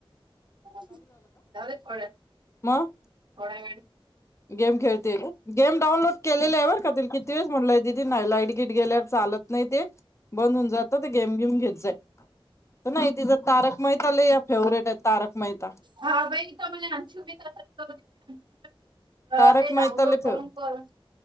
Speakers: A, on the right (about 55°); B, on the left (about 30°).
A: ह जा थोड्या
B: मग
A: थोडा वेळ
B: गेम खेळते गेम डानलोड केलेलं आहे वर का किती वेस म्हटलय दिदी नाही लाईट गिट गेल्या चालत नाही ते बंद होऊन जात घेम घेम घेत जाई नाही तिथ तारक मेहता ल या फेवरेट आहेत तारक मेहता
A: हा बाई तर म्हणे अंशुभी तसंच करते ते
B: तारक
A: डाउनलोड
B: मेहता लय
A: करून
B: फेव
A: करून